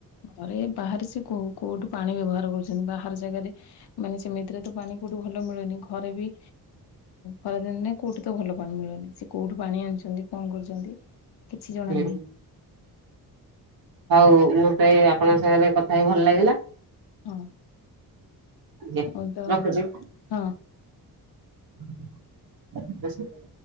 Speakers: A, on the left; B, on the right.
A: ଘରେ ବାହାରେ ସେ କୋଉ କୋଉଠୁ ପାଣି ବ୍ୟବହାର କରୁଛନ୍ତି ବାହାର ଜାଗାରେ ମାନେ ସେମିତିରେ ତ ପାଣି କୋଉଠୁ ଭଲ ମିଳେନି ଘରେ ବି ଖରାଦିନରେ କୋଉଠି ତ ଭଲ ପାଣି ମିଳେନି ସେ କୋଉଠୁ ପାଣି ଆଣୁଚନ୍ତି। କଣ କରୁଚନ୍ତି? କିଛି ଜଣା
B: ହୁଁ।
A: ନାହିଁ।
B: ହଉ ହଉ ମୋତେ ଆପଣଙ୍କ ସାଙ୍ଗେରେ କଥା ହେଇ ଭଲ ଲାଗିଲା।
A: ହଁ
B: ଆଜ୍ଞା
A: ଆଉ ତ
B: ରଖୁଛି।
A: ହଁ।
B: <inaudible>